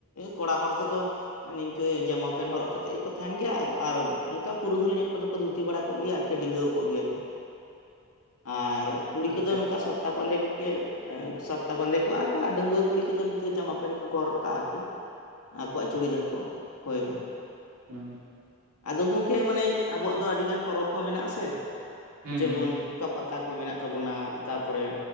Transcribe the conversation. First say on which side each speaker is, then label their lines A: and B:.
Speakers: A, on the left (about 85°); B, on the right (about 75°).
A: ᱠᱚᱲᱟ ᱦᱚᱲ ᱠᱚᱫᱚ ᱱᱤᱝᱠᱟᱹ ᱡᱟᱢᱟ ᱯᱮᱱᱴ ᱦᱚᱨᱚᱜ ᱠᱟᱛᱮᱜ ᱜᱮ ᱠᱚ ᱛᱟᱦᱮᱱ ᱜᱮᱭᱟ ᱟᱨ ᱚᱱᱠᱟ ᱯᱩᱨᱩᱫᱷᱩᱞ ᱧᱚᱜ ᱠᱚ ᱫᱚ ᱠᱚ ᱫᱷᱩᱛᱤ ᱵᱟᱲᱟ ᱠᱚᱜ ᱜᱮᱭᱟ ᱟᱨᱠᱤ ᱰᱤᱸᱜᱟᱹᱣ ᱠᱚᱜ ᱜᱮᱭᱟ ᱠᱚ ᱟᱨ ᱠᱩᱲᱤ
B: ᱟᱪᱪᱷᱟ
A: ᱠᱚᱫᱚ ᱱᱚᱝᱠᱟ ᱥᱟᱯᱴᱟ ᱵᱟᱸᱫᱮ ᱠᱚᱜᱮ ᱥᱟᱯᱴᱟ ᱵᱟᱸᱫᱮ ᱠᱚᱜ-ᱟ ᱠᱚ ᱟᱨ ᱰᱟᱺᱜᱣᱟᱹ ᱠᱚ ᱠᱩᱲᱤ ᱠᱚᱫᱚ ᱱᱤᱝᱠᱟᱹ ᱡᱟᱢᱟ ᱯᱮᱱᱴ ᱠᱚ ᱠᱚ ᱦᱚᱨᱚᱜ ᱠᱟᱜ-ᱟ ᱟᱨᱠᱤ ᱟᱠᱚᱣᱟᱜ ᱪᱩᱲᱤᱫᱟᱨ ᱠᱚ ᱦᱳᱭ ᱦᱳᱭ
B: ᱦᱮᱸ
A: ᱟᱫᱚ ᱜᱚᱝᱠᱮ ᱢᱟᱱᱮ ᱟᱵᱚᱣᱟᱜ ᱫᱚ ᱟᱹᱰᱤ ᱜᱟᱱ ᱯᱚᱨᱚᱵ ᱠᱚ ᱢᱮᱱᱟᱜ ᱟᱥᱮ
B: ᱦᱩᱸ
A: ᱡᱮᱢᱚᱱ
B: ᱦᱩᱸ
A: ᱚᱱᱠᱟ ᱯᱟᱛᱟ ᱠᱚ ᱢᱮᱱᱟᱜ ᱛᱟᱵᱚᱱᱟ ᱛᱟᱨᱯᱚᱨᱮ